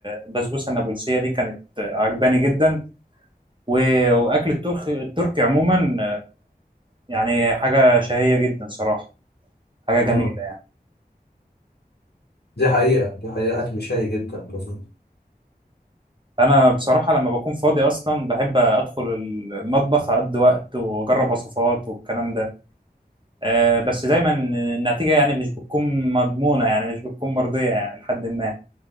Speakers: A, on the right; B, on the left.
A: البسبوسه النابلسيه دي كانت عجباني جدا و- واكل الترك التركي عموما يعني حاجه شهيه جدا صراحه حاجه جميله
B: مم. دي حقيقة دي حقيقة أكل شهي جدا لذيذ
A: انا بصراحه لما بكون فاضي اصلا بحب ادخل المطبخ اقضي وقت واجرب وصفات والكلام ده أه بس دايما النتيجه يعني مش بتكون مضمونه يعني مش بتكون مرضيه يعني لحد ما